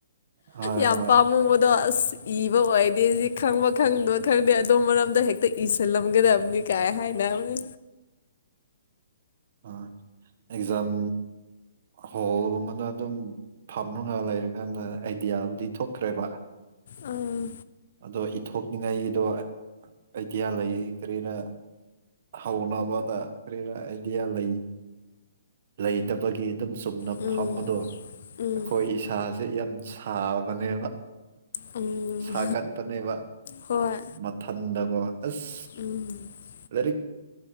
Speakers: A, on the right; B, on the left.
A: ꯍꯣꯏ
B: ꯌꯥꯝ
A: ꯍꯣꯏ
B: ꯄꯥꯝꯃꯨꯕꯗꯣ ꯑꯁ ꯏꯕ ꯑꯣꯏꯗꯦ ꯁꯤ ꯈꯪꯕ ꯈꯪꯗꯕ ꯈꯪꯗꯦ ꯑꯗꯨꯗꯣ ꯃꯔꯝꯗ ꯍꯦꯛꯇ ꯏꯁꯜ ꯂ ꯃꯒꯦꯗ ꯑꯕꯅꯤ ꯀꯥꯏ ꯍꯥꯏ ꯅ ꯑꯅꯤ
A: ꯑ ꯑꯦꯛꯖꯝ ꯍꯣꯜꯒꯨꯝꯕꯅ ꯑꯗꯨꯝ ꯐꯝꯅꯉꯥꯏ ꯂꯩꯔꯀꯥꯟꯗ ꯑꯥꯏꯗꯤꯌꯥꯕꯨꯗꯤ ꯊꯣꯛꯇ꯭ꯔꯦꯕ
B: ꯑꯥ
A: ꯑꯗꯣ ꯏꯊꯣꯛꯅꯤꯡꯉꯥꯏꯒꯤꯗꯣ ꯑꯥꯏꯗꯤꯌꯥ ꯂꯩ ꯀꯔꯤꯅ ꯍꯥꯎꯅꯕꯗ ꯀ꯭ꯔꯦ ꯑꯥꯏꯗꯤꯌꯥ ꯂꯩꯏ ꯂꯩꯇꯕꯒꯤ ꯑꯗꯨꯝ ꯆꯨꯝꯅ
B: ꯎꯝ
A: ꯐ ꯑꯗꯣ
B: ꯎꯝ
A: ꯑꯩꯈꯣꯏ ꯏꯁꯥ ꯁꯤ ꯌꯥꯝ ꯁꯥꯕꯅꯦ
B: ꯎꯝ
A: ꯊꯥꯒꯠꯄꯅꯦꯕ
B: ꯍꯣꯏ
A: ꯃꯊꯟꯗꯀꯣ ꯑꯁ
B: ꯎꯝ
A: ꯂꯥꯏꯔꯤꯛ